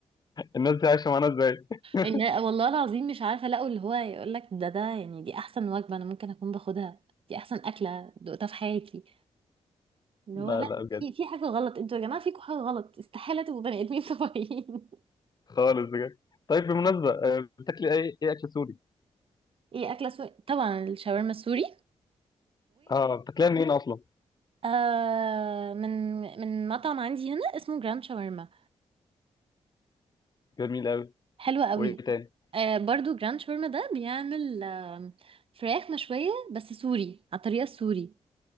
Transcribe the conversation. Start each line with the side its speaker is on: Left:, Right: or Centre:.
Left: الناس دي عايشة معانا ازاي <laughs>
Right: ان والله العظيم مش عارفة لقوا اللي هو يقول لك ده ده يعني دي احسن وجبة انا ممكن اكون باخدها دي احسن اكلة دقتها في حياتي اللي
Left: لا
Right: هو لا
Left: لا بجد
Right: في في حاجة غلط انتوا يا جماعة فيكم حاجة غلط استحالة تبقوا بني ادمين طبيعيين
Left: خالص بجد طيب بالمناسبة آه، بتاكلي ايه ايه اكل سوري
Right: <laughs> ايه اكلة سوري طبعا الشاورما السوري
Left: اه بتاكليها منين اصلا
Right: آه من من مطعم عندي هنا اسمه جراند شاورما
Left: جميل قوي
Right: حلو قوي
Left: وايه تاني
Right: آه برضو جراند شاورما ده بيعمل آه فراخ مشوية بس سوري على الطريقة السوري